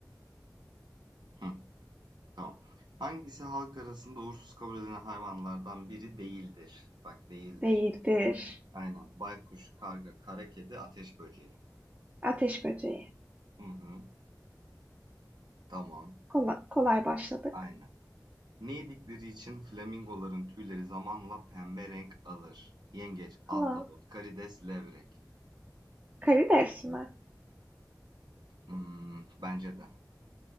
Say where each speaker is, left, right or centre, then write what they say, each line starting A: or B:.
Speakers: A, on the right (about 90°); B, on the right (about 20°).
A: Hıh, tamam. Hangisi halk arasında uğursuz kabul edilen hayvanlardan biri değildir? Bak, değildir.
B: Değildir.
A: Aynen. Baykuş, karga, kara kedi, ateş böceği.
B: Ateş böceği.
A: Hı hı. Tamam.
B: Kolay, kolay başladık.
A: Aynen. Ne yedikleri için flamingoların tüyleri zamanla pembe renk alır? Yengeç, ahtapot,
B: Tamam.
A: karides, levrek.
B: Karides mi?
A: Imm, bence de.